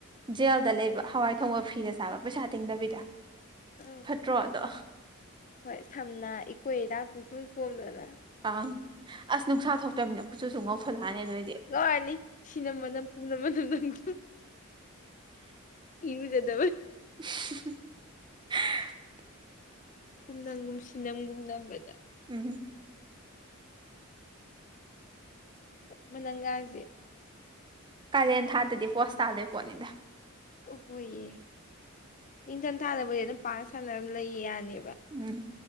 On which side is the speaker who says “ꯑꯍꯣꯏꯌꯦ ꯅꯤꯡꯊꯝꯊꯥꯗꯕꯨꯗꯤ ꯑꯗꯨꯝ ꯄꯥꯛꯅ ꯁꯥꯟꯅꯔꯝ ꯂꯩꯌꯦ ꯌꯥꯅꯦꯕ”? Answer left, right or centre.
Left